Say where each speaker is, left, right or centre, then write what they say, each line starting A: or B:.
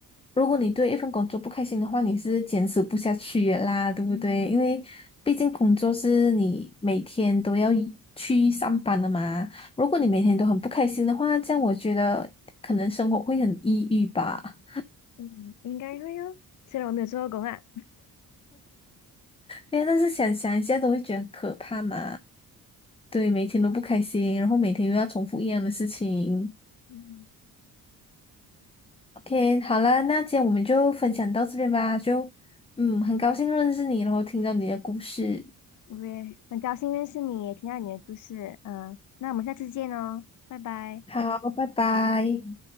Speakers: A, on the left; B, on the left.
A: 如果你对一份工作不开心的话，你是坚持不下去的啦，对不对？
B: 嗯
A: 因为毕竟工作是你每天都要一去上班的嘛。如果你每天都很不开心的话，这样我觉得可能生活会很抑郁吧。
B: 嗯，应该会哦。虽然我没有做过工啊。
A: 对呀，但是想想一下都会觉得很可怕嘛。对，每天都不开心，然后每天又要重复一样的事情。
B: 嗯，
A: OK，好了，那今天我们就分享到这边吧。就，嗯，很高兴认识你，然后听到你的故事。
B: 我也很高兴认识你，也听到你的故事。嗯，那我们下次见哦，拜拜。
A: 好，拜拜。